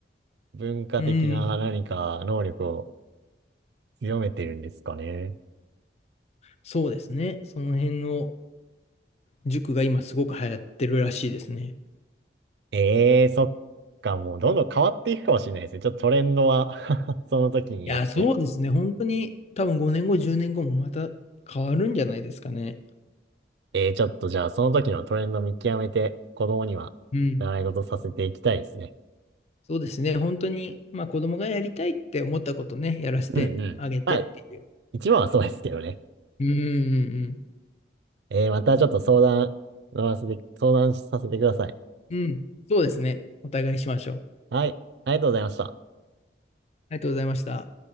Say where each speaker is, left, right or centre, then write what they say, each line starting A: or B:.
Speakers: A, on the right; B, on the left.
A: 文化的な何か能力を
B: うん、
A: 強めてるんですかね。
B: そうですね。その辺の塾が今すごく流行ってるらしいですね。
A: ええー、そっか。もうどんどん変わっていくかもしれないですね。ちょっとトレンドは <laughs> その時によって。
B: いや、そうですね。本当に、多分5年後、10年後もまた変わるんじゃないですかね。
A: ええー、ちょっとじゃあその時のトレンド見極めて子供には習い事させていきたいですね。
B: うん。そうですね。本当に、まあ子供がやりたいって思ったことね、やらせてあげてっていう。
A: うんうん。まあ、一番はそうですけどね。
B: うんうん
A: えー、またちょっと相談、乗らせて、相談させてください。
B: うんうん。うん。そうですね。お互いしましょう。
A: はい。ありがとうございました。
B: ありがとうございました。